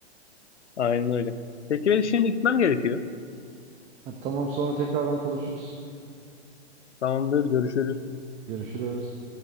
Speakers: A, on the left; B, on the right.
A: Aynen öyle. Peki ben şimdi gitmem gerekiyor.
B: Ha, tamam sonra tekrardan konuşuruz.
A: Tamamdır. Görüşürüz.
B: Görüşürüz.